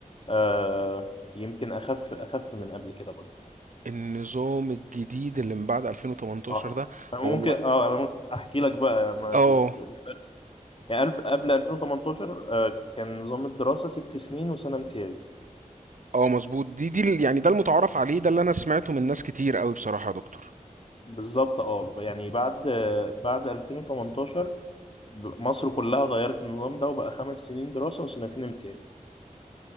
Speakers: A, on the left; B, on the right.
A: آه يمكن اخف اخف من قبل كده برضو
B: النظام الجديد اللي من بعد 2018
A: اه
B: ده
A: أنا
B: هو
A: ممكن اه انا ممكن احكي لك بقى ما
B: اه
A: ال- ال- الفرق يعني ألف- قبل 2018 آه كان نظام الدراسة ست سنين وسنة امتياز
B: اه مظبوط دي دي ال- يعني ده المتعارف عليه ده اللي أنا سمعته من ناس كتير قوي بصراحة يا دكتور
A: بالظبط اه يعني بعد آه، بعد 2018 مصر كلها غيرت النظام ده وبقى خمس سنين دراسة وسنتين امتياز